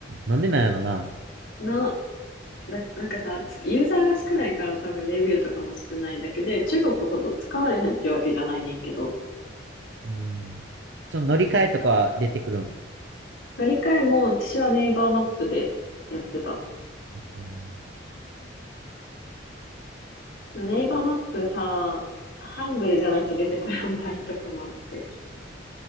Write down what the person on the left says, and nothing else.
の、だ、なんかさ、つユーザーが少ないから多分レビューとかも少ないだけで、中国ほど使われへんってわけじゃないねんけど、
乗り換えも、私はネイバーマップでやってた。
ネイバーマップさ、ハングルじゃないと出てこやん場合とかもあって、